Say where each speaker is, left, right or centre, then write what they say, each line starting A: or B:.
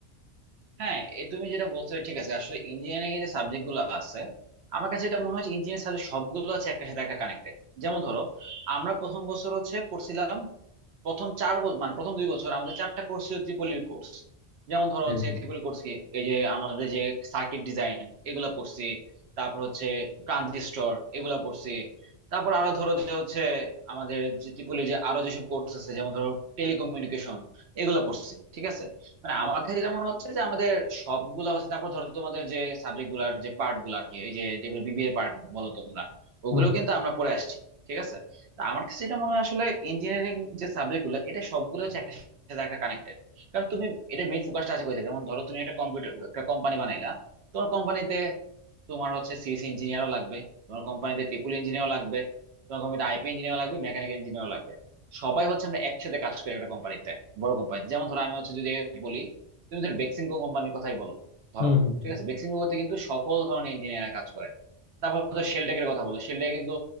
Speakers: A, on the right (about 70°); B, on the left (about 65°).
A: হ্যাঁ এ তুমি যেটা বলছো ঠিক আছে আসলে ইঞ্জিনিয়ারিং এর যে সাবজেক্ট গুলো আছে আমার কাছে এটা মনে হচ্ছে ইঞ্জিনিয়ারিং সাবজেক্ট সবগুলো হচ্ছে একটা সাথে একটা কানেক্টেড যেমন ধরো আমরা প্রথম বছর হচ্ছে পড়ছিলাম প্রথম চার বছর মানে প্রথম দুই বছর আমাদের চারটা কোর্স ছিল ট্রিপলির কোর্স যেমন ধরো
B: হ্যাঁ
A: হচ্ছে
B: হ্যাঁ।
A: ট্রিপলি কোর্স কি এই যে আমাদের যে সার্কিট ডিজাইন এগুলো পড়ছি তারপর হচ্ছে ট্রানজিস্টর এগুলো পড়ছি তারপর আরো ধরো যে হচ্ছে আমাদের যে ট্রিপলি যে আরো যেসব কোর্স আছে যেমন ধরো টেলিকমিউনিকেশন এগুলো পড়ছি ঠিক আছে মানে আমার কাছে যেটা মনে হচ্ছে যে আমাদের সবগুলা হচ্ছে তারপর ধরো তোমাদের যে সাবজেক্ট গুলার যে পার্ট গুলো আর কি এই যে যেগুলো বিবিএ পার্ট বলো তোমরা ওগুলো
B: হুম
A: কিন্তু আমরা পড়ে আসছি ঠিক আছে তা আমার কাছে যেটা মনে হয় আসলে ইঞ্জিনিয়ারিং যে সাবজেক্ট গুলো এটা সবগুলো হচ্ছে একটা সাথে একটা কানেক্টেড কারণ তুমি এটা মেইন ফোকাসটা আছে কোথায় যেমন ধরো তুমি একটা কম্পিউটার একটা কোম্পানি বানাইলা তোমার কোম্পানিতে তোমার হচ্ছে সিএস ইঞ্জিনিয়ারও লাগবে তোমার কোম্পানিতে ট্রিপল ইঞ্জিনিয়ারও লাগবে তোমার কোম্পানিতে আইপি ইঞ্জিনিয়ার লাগবে মেকানিক্যাল ইঞ্জিনিয়ার লাগবে সবাই হচ্ছে আমরা একসাথে কাজ করি একটা কোম্পানিতে বড় কোম্পানিতে যেমন ধরো আমি হচ্ছে যদি বলি তুমি ধরো বেক্সিমকো কোম্পানির কথাই বলো ধরো
B: হুম হুম
A: ঠিক
B: হুম,
A: আছে বেক্সিমকোতে কিন্তু সকল ধরনের ইঞ্জিনিয়াররা কাজ করে তারপর ধরো শেলটেকের কথা বলো শেলটেক কিন্তু